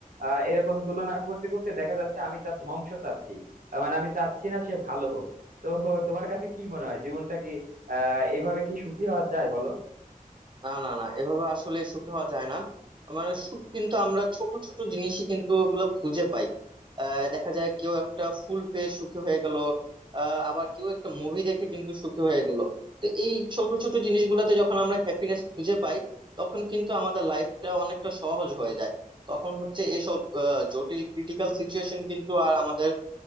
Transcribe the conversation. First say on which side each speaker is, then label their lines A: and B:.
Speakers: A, on the right (about 75°); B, on the right (about 35°).
A: আহ, এরকম তুলনা করতে করতে দেখা যাচ্ছে আমি তার ধ্বংস চাচ্ছি আহ, মানে আমি চাচ্ছি না সে ভালো হোক তো তোমার কাছে কি মনে হয় জীবনটা কি আহ এভাবে কি সুখী হওয়া যায় বলো
B: না না না এভাবে আসলে সুখী হওয়া যায় না মানে সুখ কিন্তু আমরা ছোট ছোট জিনিসই কিন্তু ওগুলো খুঁজে পাই আহ, দেখা যায় কেউ একটা ফুল পেয়ে সুখী হয়ে গেল আহ, আবার কেউ একটা মুভি দেখে কিন্তু সুখী হয়ে গেল তো এই ছোট ছোট জিনিসগুলোতে যখন আমরা হ্যাপিনেস খুঁজে পাই তখন কিন্তু আমাদের লাইফটা অনেকটা সহজ হয়ে যায় তখন হচ্ছে এসব আহ, জটিল ক্রিটিক্যাল সিচুয়েশন কিন্তু আর আমাদের